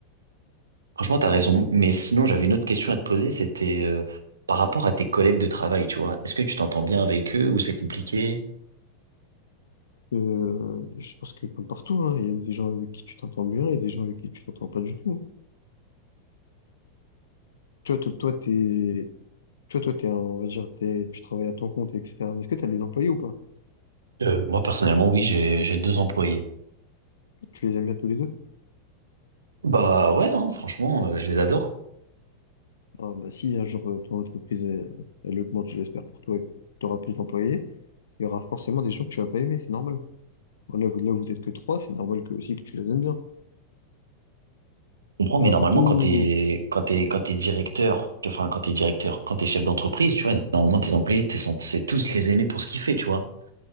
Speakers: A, on the right; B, on the left.
A: Franchement, t'as raison. Mais sinon, j'avais une autre question à te poser. C'était euh, par rapport à tes collègues de travail, tu vois. Est-ce que tu t'entends bien avec eux ou c'est compliqué?
B: Euh, je pense que comme partout, hein, il y a des gens avec qui tu t'entends bien et des gens avec qui tu t'entends pas du tout. Toi, toi, toi, t'es, Tu vois, toi, t'es un- on va dire, t'es- tu travailles à ton compte, etc. Mais Est-ce que tu as des employés ou pas?
A: Euh, moi, personnellement, oui, j'ai, j'ai deux employés.
B: Tu les aimes bien tous les deux?
A: Bah ouais, hein, franchement, euh, je les adore.
B: Ah, bah, si un jour euh, ton entreprise elle, elle augmente, je l'espère pour toi, et que tu auras plus d'employés, il y aura forcément des gens que tu vas pas aimer, c'est normal. Voilà, vous, là, vous êtes que trois, c'est normal que aussi que tu les aimes bien.
A: Je comprends,
B: Voilà,
A: mais normalement,
B: partout.
A: quand t'es, quand t'es, quand t'es directeur, tu enfin, quand t'es directeur, quand t'es chef d'entreprise, tu vois, normalement, tes employés, t'es censé tous les aimer pour ce qu'ils font, tu vois.